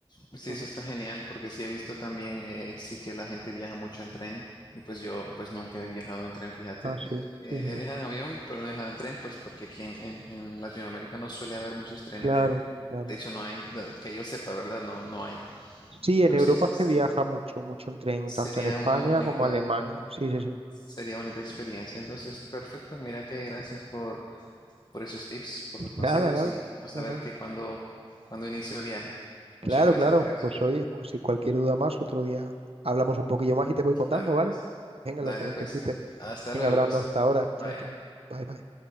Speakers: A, on the left; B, on the right.
A: pues Sí,
B: Ujú.
A: eso está genial porque sí he visto también, eh, sí que la gente viaja mucho en tren y pues yo pues nunca he viajado en tren, fíjate.
B: Ah, sí,
A: Eh,
B: sí, sí,
A: he
B: sí.
A: viajado en avión, pero no he viajado en tren, pues porque aquí en, en- en Latinoamérica no suele haber muchos trenes.
B: Claro,
A: eh.
B: claro.
A: De hecho, no hay, no, que yo sepa, ¿verdad? No, no hay.
B: Sí,
A: Eh,
B: en
A: Pero
B: Europa
A: sí, se- se-
B: se viaja mucho, mucho en tren,
A: sería
B: tanto en España
A: una bonita,
B: como Alemania. Sí, sí, sí.
A: sería bonita experiencia. Entonces, perfecto. Mira que gracias por, por esos tips, por los consejos
B: Nada, nada.
A: y vamos
B: nada.
A: a ver que cuando, cuando inicio viaje.
B: Claro,
A: Muchas gracias
B: claro.
A: por eso.
B: Pues oye, pues si cualquier duda más, otro día hablamos un poquillo más y te voy contando,
A: Claro
B: ¿vale?
A: que sí.
B: Venga,
A: Dale
B: lo que necesites.
A: pues. Hasta
B: Venga,
A: luego
B: Brando,
A: pues.
B: hasta ahora.
A: Bye.
B: Chao, chao. Bye, bye.